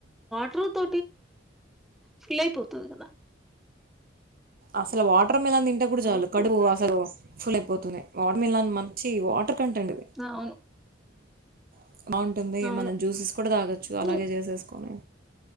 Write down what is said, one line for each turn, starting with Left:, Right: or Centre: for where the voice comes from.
Centre: చ్ ఫీల్ అయ్ పోతది గద
Right: అసల్ వాటర్ మిలన్ తింటే కూడ చాలు
Centre: ఎక్కువ.
Right: కడువు అసలు ఫుల్ అయిపోత్ తూనె వాటన్ మిలన్ మంచి వాటర్ కంటెంటిది.
Centre: అవును.
Right: మ్ బాగుంటుంది.
Centre: అవును.
Right: మనం జ్యూసెస్ కూడా తాగచ్చు
Centre: హ్మ్.
Right: అలాగే చేసేసుకొని